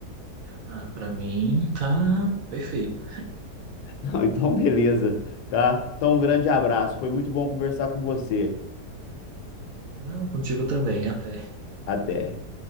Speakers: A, on the right; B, on the left.
A: Ah, para mim tá perfeito.
B: <laughs> Não, então beleza, tá? Então um grande abraço. Foi muito bom conversar com você.
A: Não, contigo também, até.
B: Até.